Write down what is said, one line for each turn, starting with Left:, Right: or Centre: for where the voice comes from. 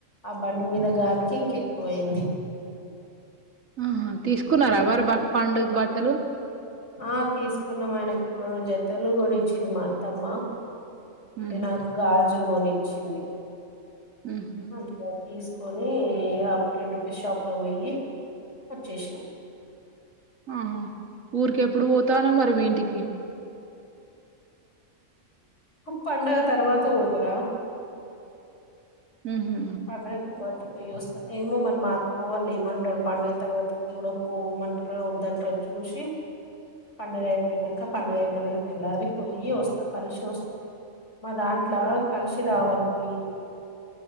Left: ఆ బండి మీద గాలికి ఇంకెక్కువ అయింది
Right: ఆ తీసుకున్నారా మరి బ పండుగ బట్టలు
Left: ఆ తీసుకున్నం ఆయనకు <unintelligible> కోనిచ్చింది మా అత్తమ్మ
Right: ఉహు
Left: నాకు గాజులు కొనిచింది
Right: ఉహు
Left: అగా తీసు కని హఫ్ టెన్ రూపీస్ షాప్ లో పోయి వచ్చేసినాం
Right: ఆహా ఊరికి ఎప్పుడు పోతానో మరి మీ ఇంటికి
Left: పండగ తర్వాత పోతార
Right: ఉహు
Left: అ తర్వాత పోయోస్త ఏమో మరి మా అత్తమ్మ వాళ్ళు ఏమంటారు బండవి తర్వాత కూడ పో ఇమంటార వద్దంటార చూసి పండుగ అయిపోయినంక పండుగ అయిపోయిన తేల్లారి పోయి వస్తా కలిసి వస్తా మా దాంట్లో కలిసి రావాలి పోయి